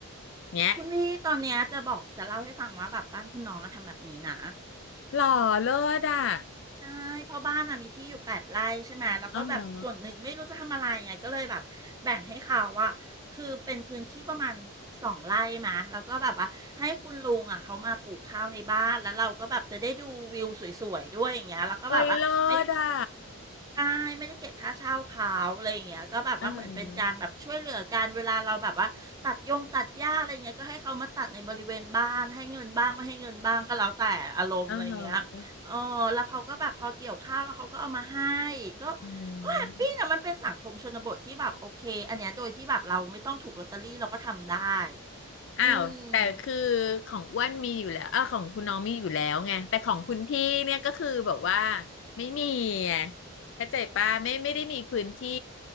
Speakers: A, on the left; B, on the right.
A: เนี้ย
B: คุณพี่ตอนเนี้ยจะบอกจะเล่าให้ฟังว่าแบบบ้านคุณน้องอะทำแบบนี้นะ
A: หล่อเลิศอ่ะ
B: ใช่เพราะบ้านอะมีที่อยู่แปดไร่ใช่ไหมแล้วก็แบบส่วนหนึ่งไม่รู้จะทำอะไรไงก็เลยแบบแบ่งให้เขาว่าคือเป็นพื้นที่ประมาณสองไร่มาแล้วก็แบบว่าให้คุณลุงอะเขามาปลูกข้าวในบ้านแล้วเราก็แบบจะได้ดูวิวสวยๆด้วยอย่างเงี้ยแล้วก็แบบว่าไม่ได้
A: อ๋อฮะเอ้ยเลิศอ่ะ
B: ใช่ไม่ได้เก็บค่าเช่าเขาอะไรอย่างเงี้ยก็แบบว่าเหมือนเป็นการแบบช่วยเหลือกันเวลาเราแบบว่าตัดยงตัดหญ้าอะไรเงี้ยก็ให้เขามาตัดในบริเวณบ้านให้เงินบ้างไม่ให้เงินบ้างก็แล้วแต่อารมณ์อะไรเงี้ยเออแล้วเขาก็แบบพอเกี่ยวข้าวแล้วเขาก็เอามาให้
A: อ๋อฮะออ๋อฮะ
B: ก็
A: ออื
B: ก็แฮปปี้นะมันเป็นสังคมชนบทที่แบบโอเคอันเนี้ยโดยที่แบบเราไม่ต้องถูกลอตเตอรี่เราก็ทำได้
A: ม
B: อืม
A: อ้าวแต่คือของอ้วนมีอยู่แล้วเออของคุณน้องมีอยู่แล้วไง แต่ของคุณพี่เนี่ยก็คือแบบว่าไม่มีไงเข้าใจป่ะไม่ไม่ได้มีพื้นที่